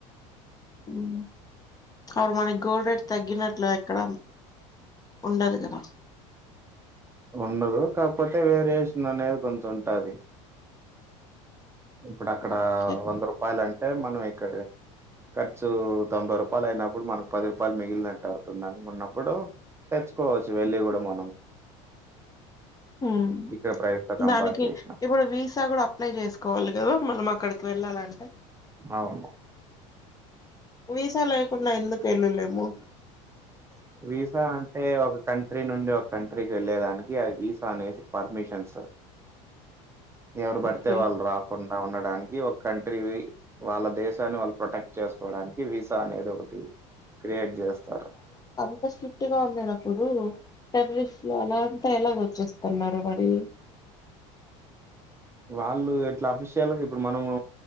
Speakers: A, on the left (about 20°); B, on the right (about 15°).
A: మ్ అడు మనకి గోల్ రేట్ తగ్గినట్లు ఇక్కడ ఉండదుగద.
B: ఉండదు కాకపోతే వేరియేషన్ అనేది కొంచం ఉంటాది. ఇప్పుడు అక్కడ
A: ఓకే.
B: వంద రూపాయలు అంటే మనం ఇక్కడ ఖర్చు తొంభై రూపాయలు అయినప్పుడు మనకు పది రూపాయలు మిగిలినట్టు అనుకున్నప్పుడు తెచ్చుకోవచ్చు వెళ్ళి కూడా మనం
A: మ్
B: ఇక్కడ ప్రైస్ తో కంపేర్
A: దానికి
B: చేసినప్పుడు
A: ఇప్పుడు వీసా కూడా అప్లై చేసుకోవాలి. కదా మళ్నం అక్కడికి వెళ్ళాలంటే?
B: అవును
A: విసా లేకుండా ఎందుకు వెళ్లలేము?
B: వీసా అంటే ఒక కంట్రీ నుండి, ఒక కంట్రీకి వెళ్ళేలేదానికి ఆ వీస్ అనేసి పర్మిషన్స్ ఎవరు పడితే
A: ఓకే
B: వాళ్ళు రాకుండా క ఉండడానికి ఒక కంట్రీ వాళ్ళ దేశాన్ని వాళ్ళు ప్రొటెక్ట్ చేసుకోవడానికి వీసా అనేది ఒకటి. క్రియేట్ చేస్తారు.
A: ఇంత స్ట్రిక్ట్ గా ఉండేటప్పుడు టెర్రరిస్ట్ లు అలా అంతా ఎలాగ వచ్చేస్తున్నారు మరి?
B: వాళ్ళు ఇట్లా అఫిషియల్గా ఇప్పుడు మనము